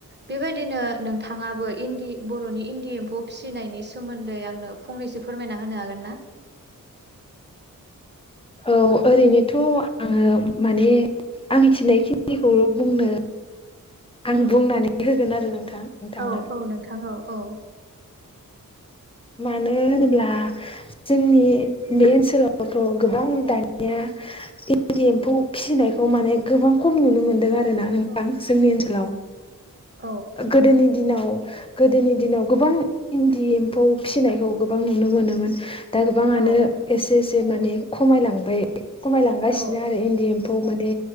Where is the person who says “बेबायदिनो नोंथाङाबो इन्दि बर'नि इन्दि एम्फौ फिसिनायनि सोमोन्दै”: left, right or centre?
Right